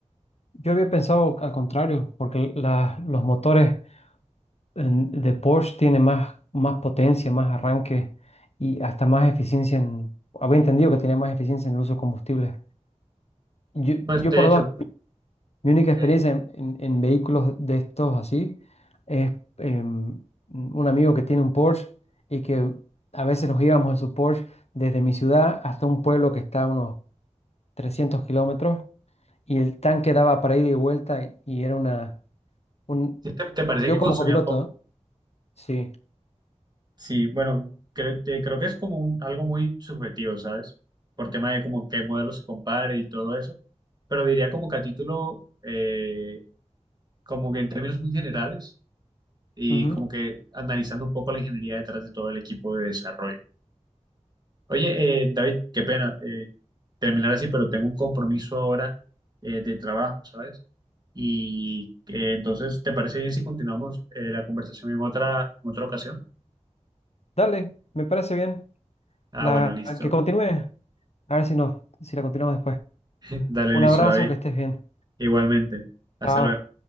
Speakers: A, on the left; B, on the right.
A: Yo había pensado al contrario, porque la- los motores en- de Porsche tienen más, más potencia, más arranque y hasta más eficiencia en... Había entendido que tenía más eficiencia en el uso de combustibles. Yo,
B: Pues
A: yo
B: de
A: por
B: hecho,
A: ahora, mi única experiencia
B: eh,
A: en, en- en vehículos de estos así es em, un amigo que tiene un Porsche y que a veces nos íbamos en su Porsche desde mi ciudad hasta un pueblo que está a unos 300 kilómetros y el tanque daba para ida y vuelta eh, y era una... Un,
B: ¿sí ¿te, te parece
A: yo
B: que
A: como
B: consumían
A: copiloto,
B: poco?
A: ¿no? Sí.
B: Sí, bueno, creo, que- creo que es como un- algo muy subjetivo, ¿sabes? Por tema de como qué modelo se compare y todo eso. Pero diría como que a título... eh, como que en términos muy generales y
A: Ujú.
B: como que analizando un poco la ingeniería detrás de todo el equipo de desarrollo. Oye, eh, David, qué pena eh, terminar así, pero tengo un compromiso ahora eh, de trabajo, ¿sabes? Y eh, entonces, ¿te parece bien si continuamos eh, la conversación en otra, en otra ocasión?
A: Dale, me parece bien.
B: Ah,
A: La,
B: bueno, listo.
A: que continúe. A ver si no, si la continuamos después.
B: <laughs> Dale,
A: Un
B: listo,
A: abrazo,
B: David.
A: que estés bien.
B: Igualmente. Hasta
A: Chao.
B: luego.